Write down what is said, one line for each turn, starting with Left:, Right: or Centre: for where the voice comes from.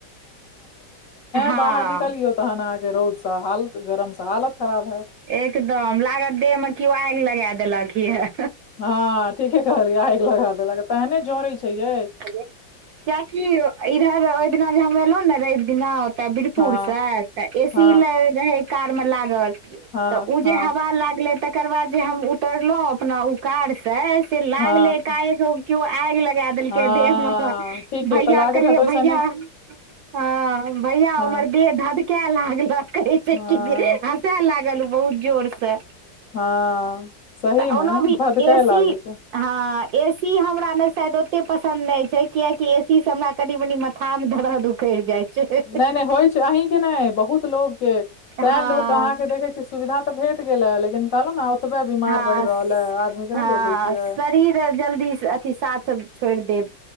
Right: हँ
Left: बाहर निकलियौ तहन अहाँके रौदसँ हालत गरमसँ हालत खराब हैत
Right: एकदम लागत देह में किओ आगि लगा देलक यऽ
Left: हँ ठीके कहलियै आइग लगा देलक तेहने जड़े छै ये
Right: किएकि इधर ओहि दिना जे हम एयलहुँ ने रवि दिना ओतऽ बीरपुरसँ
Left: हँ
Right: तऽ एसी
Left: हँ
Right: रहे कार में लागल
Left: हँ
Right: तऽ ओ
Left: हँ
Right: जे हवा लागले तऽ तकर बाद जे हम उतरलौं अपना उकार से से लागले
Left: हँ
Right: एकाएक केो आग ल कै देलकै
Left: हँ
Right: देहमे
Left: ठीक य
Right: भैया
Left: तऽ लागैत
Right: कहलियै
Left: हैत ओहिसँ
Right: भैया
Left: नीक
Right: ह भैया
Left: हँ
Right: हमर देह धदकै लागलक कहै छै
Left: हँ
Right: कि जे सएह लागल ओ बहुत जोर से
Left: हँ सही
Right: तऽ ओनो
Left: में
Right: भी
Left: भदकय
Right: एसी
Left: लागै छै
Right: हँ ए सी हमरा ने शायद ओतेक पसन्द नहि छै कियकि ए सी से हमरा कनी मनी माथा में दर्द उखड़ जाइ छै
Left: नय नय होइ छै अहीं के नहि बहुत लोग के तैं
Right: हँ
Left: लोक अहाँ के देख देखे छियै सुविधा तऽ भेट गेल है लेकिन कहलहु ने ओतबे बीमार
Right: हँ
Left: रहि रहल है आदमी के नहि
Right: हँ
Left: देखे छियै
Right: शरीर जल्दी अथी साथ छोइड़ देब